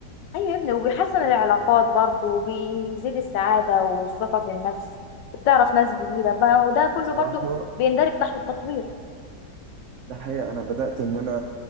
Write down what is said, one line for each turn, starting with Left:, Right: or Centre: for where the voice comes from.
Left: ايوه يا ابني وبيحسن العلاقات برضه وبيزيد السعادة والثقة في النفس وبتعرف ناس جديدة بقى وده كله
Right: بصراحة
Left: برضه بيندرج تحت التطوير
Right: ده حقيقة أنا بدأت إن أنا